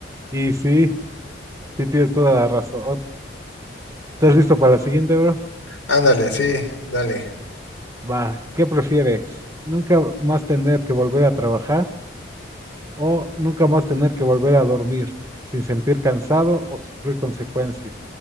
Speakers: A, on the right; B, on the left.
A: Y sí, sí tienes toda la razón. ¿Estás listo para la siguiente, bro?
B: Ándale, sí, dale.
A: Va, ¿qué prefieres? ¿Nunca más tener que volver a trabajar o nunca más tener que volver a dormir sin sentir cansado o sufrir consecuencias?